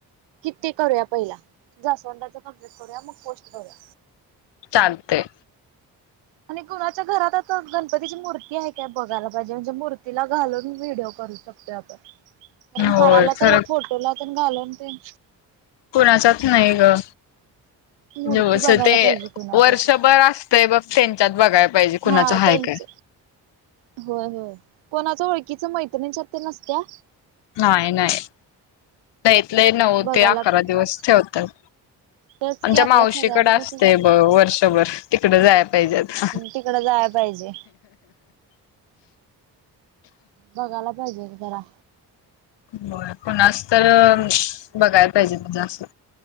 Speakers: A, on the right; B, on the left.
A: किते करूया पहिला जास्वंदाचं कंप्लेट करूया मग पोस्ट करूया.
B: चालतय.
A: आणि कुणाच्या घरात आता गणपतीची मूर्ती आहे काय बघायला पाहिजे म्हणजे मूर्तीला घालून व्हिडिओ करू शकतो आपण कारण
B: होय
A: हाराला
B: खरं
A: तर फोटोला घालून ते
B: कुणाचाच नाही ग
A: मूर्ती
B: जेवस
A: बघायला
B: ते
A: पाहिजे कुणाच्याच.
B: वर्षभर अस ते बघ त्यांच्यात बघाय पाहिजे कुणाचं
A: हा
B: हाय
A: त्यांच.
B: काय
A: होय होय कोणाच ओळखीच मैत्रिणच्यात नसत्या.
B: नाही नाही, लय ते लय नऊ
A: बघायला
B: ते अकरा
A: पाहिजे.
B: दिवस ठेवतात.
A: तेच
B: आमच्या
A: की आपल्या
B: मावशीकडे
A: सगळ्यांच्या
B: असतंय
A: तसच होत
B: बघ वर्षभर तिकडं जाय पाहिजेत.
A: तिकडं जाया पाहिजे. बघाना काहीतरी करा.
B: होय कोणाच तर बघायला पाहिजे म्हणजे असं.